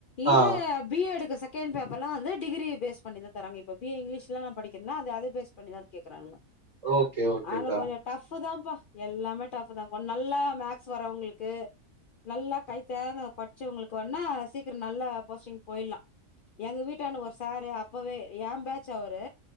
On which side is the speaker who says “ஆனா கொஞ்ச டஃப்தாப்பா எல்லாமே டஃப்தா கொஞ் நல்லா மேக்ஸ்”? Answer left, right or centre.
Left